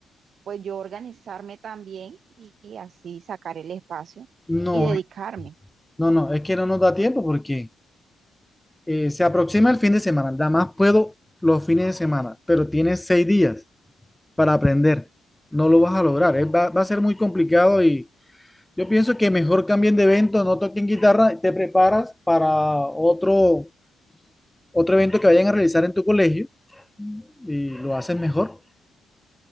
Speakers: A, on the right (about 60°); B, in the centre.
A: pues yo organizarme también y, y así sacar el espacio
B: No,
A: y dedicarme.
B: no, no, es que no nos da tiempo porque eh, se aproxima el fin de semana. Nada más puedo los fines de semana, pero tienes seis días para aprender. No lo vas a lograr. eh, va va a ser muy complicado y Yo pienso que mejor cambien de evento, no toquen guitarra, te preparas para otro, otro evento que vayan a realizar en tu colegio y lo hacen mejor.